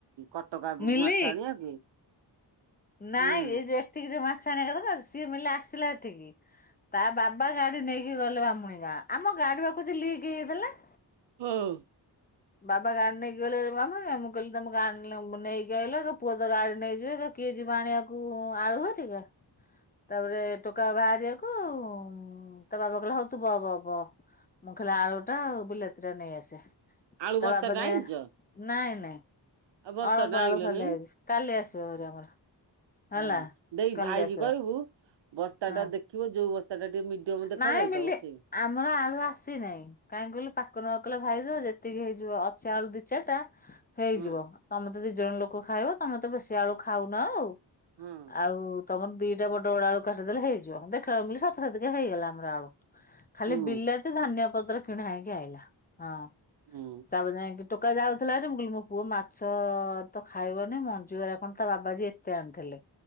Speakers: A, on the right; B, on the left.
A: କଟକ ଆଗୁକୁ
B: ମିଲି?
A: ମାଛ ଆଣିଆ କି?
B: ନାଇଁ
A: ହୁଁ
B: ଏଇ ଯେ ଏଠିକି ଯୋଉ ମାଛ ଆଣିଆ କଥା ତ, ସିଏ ମିଲଲା ଆସିଲା ଏଠିକି। ତା ବାବା ଗାଡି ନେଇକି ଗଲେ ବାମୁହୁଁଣି ଗାଁ। ଆମ ଗାଡି ପା କୋଉଚି ଲିକ୍ ହେଇଯାଇଥେଲା।
A: ହୋଉ।
B: ବାବା ଗାଡି ନେଇକି ଗଲେ ବାମୁହୁଁଣି ଗାଁ। ମୁଁ କଇଲି ତମ ଗାଡି ନେଲେ ମୁଁ ନେଇକି ଆଇଲ ତ ପୁଅ ତ ଗାଡି ନେଇଯିବେ କିଏ ଯିବ ଆଣିବାକୁ ଆଳୁ ହରିଗା? ତାପରେ ଟୋକା ବାହାରିଆକୁ ହୁଁଉଁ ତା ବାବା କହିଲେ ହଉ ତୁ ବ ବ ବ ମୁଁ ଖାଲି ଆଳୁ ଟା ଆଉ ବିଲାତି ଟା ନେଇଆସେ।
A: ଆଳୁ
B: ତା
A: ବସ୍ତାଟା
B: ବାବା ଯେଁ,
A: ଆଣିଛ
B: ନାଇଁ ନାଇଁ
A: ଆଉ ବସ୍ତାଟା
B: ଅଳପ ଆଳୁ
A: ଆଣିଲନି
B: ଖାଲିଆଇଛି। କାଲି ଆସିବ ଭାରି ଆମର। ହେଲା
A: ହଁ ଦେଇ
B: କଲିଆଚପା
A: ଭାଇକି କହିବୁ, ବସ୍ତା
B: ହଁ
A: ଟା ଦେଖିବ ଯୋଉ ବସ୍ ତାଟା ଟିକେ ମିଡିୟମ ଦେଖାଯାଉଥବ
B: ନାଇଁ ମିଲି
A: କିଣିବେ।
B: ଆମର ଆଳୁ ଆସିନେଇଁ। କାହିଁକି କହିଲୁ ପାକୁନ ପା କହିଲା ଭାଇଜ ଯେତିକି ହେଇଯିବ ଅଛି ଆଳୁ ଦି ଚାରଟା ହେଇଯିବ।
A: ହୁଁ
B: ତମେ ତ ଦି ଜଣ ଲୋକ ଖାଇବ, ତମେ ତ ବେଶି ଆଳୁ ଖାଉନ ଆଉ।
A: ହୁଁ
B: ଆଉ ତମର ଦିଟା ବଡ଼ ବଡ଼ ଆଳୁ କାଟିଦେଲେ ହେଇଯିବ। ଦେଖିଲାବେଳୁକୁ ମୁଁ ଅଲି ସତ ସତିକା ହେଇଗଲା ଆମର ହେଇଗଲା ଆଳୁ। ଖାଲି
A: ହୁଁ
B: ବିଲାତି ଧନିଆଁ ପତ୍ର କିଣା ହେଇକି ଆଇଲା। ହଁ।
A: ହୁଁ।
B: ବାବା ଯାଇଁକି ଟୋକା ଯାଉଥିଲା ହରି ମୁଁ କଲି ମୋ ପୁଅ ମାଛ ଅ ତ ଖାଇବନି ମଞ୍ଚୁଳାରେ କଣ ତା ବାବାଜେତ ତା ଆଣିଥିଲେ।